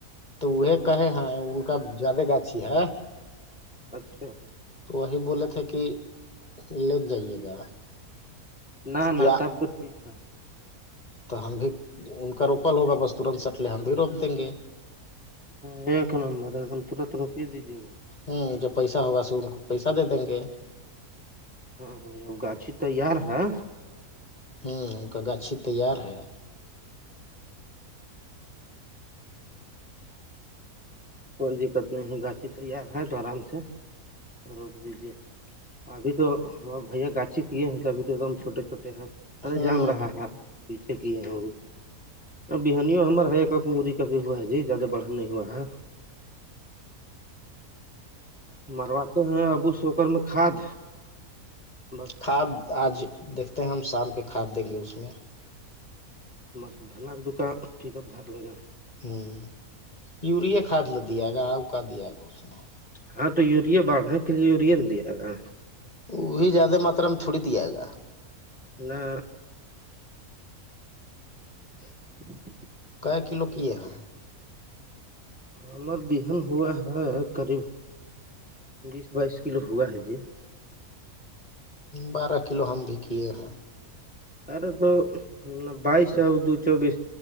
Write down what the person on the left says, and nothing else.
تو وہ کہے ہ ان کا زیادہ گاچھی ہے
تو وہی بولے تھے کہ لٹ جائیے گا
کیا
تو ہم بھی ان کا روپل ہوگا بستورند سٹلے ہم بھی روپ دیں گے
ہوں جو پیسہ ہوگا س ان کو پیسہ دے دیں گے
ہوں ان کا گاچھی تیار ہے
ہوں
کھاد آج دیکھتے ہیں ہم شام کے کھاد دیں گے اس میں
ہوں یوریا کھاد ل دیا گا آؤ کا دیا گا اس نے
وہ بھی زیادہ ماترا میں تھوڑی دیا جائے گا
ک کلو کیے ہیں
بارہ کلو ہم بھی کیے ہیں